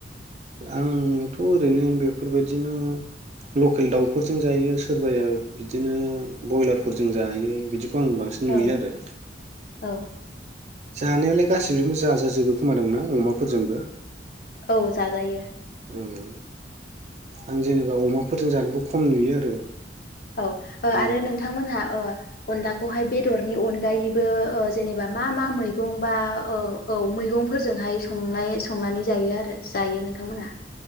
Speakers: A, on the right (about 40°); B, on the left (about 50°).
A: आंथ' ओरैनो बेफोरबायदिनो लकेल दाउफोरजों जायो सोरबाया बिदिनो बयलारफोरजों जायो बिदि खौ आं बांसिन
B: औ
A: नुयो आरो।
B: औ
A: जानायालाय गासैजोंबो जाजाजोबो खोमादांना अमाफोरजोंबो?
B: औ, जाजायो।
A: औ, आं जेनेबा अमाफोरजों जानायखौ खम नुयो आरो।
B: औ ओ
A: औ
B: आरो नोंथांमोनहा ओ अनलाखौहाय बेदरनि अनगायैबो ओ जेनेबा मा मा मैगं बा ओ औ मैगंफोरजोंहाय संनाय संनानै जायो आरो जायो नोंथांमोनहा?